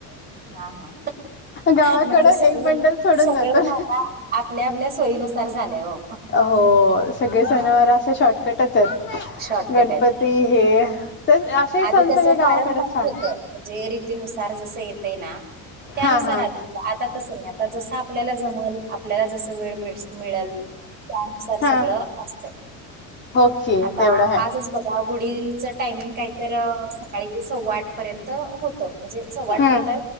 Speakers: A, on the right; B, on the left.
A: हा हा.
B: गावाकडं
A: म्हणजे सगळे
B: एक बंडल सोडून
A: सगळं
B: जातो.
A: ना आता आपल्या आपल्या सोयीनुसार झालंय हो.
B: हो सगळे
A: हा
B: सणवार असे शॉर्टकटचे.
A: शॉर्टकट
B: गणपती
A: आहेत
B: हे. असेही
A: आधी
B: सण
A: कसं
B: सगळे गावाकडेच
A: पारंपरिक
B: छान.
A: होतं म्हणजे रीतीनुसार जस येत ना? त्यानुसार
B: हा हा
A: आधी. आता तसं नाही. आता जसं आपल्याला जमल आपल्याला जस वेळ मि मिळेल. त्यानुसार
B: हा
A: सगळं असतय.
B: ओके
A: आता
B: तेवढं आहे.
A: आजच बघ या गुढीचं टायमिंग काय तर सकाळी सव्वा आठ पर्यंत होतं. म्हणजे सव
B: हम्म
A: आट नंतर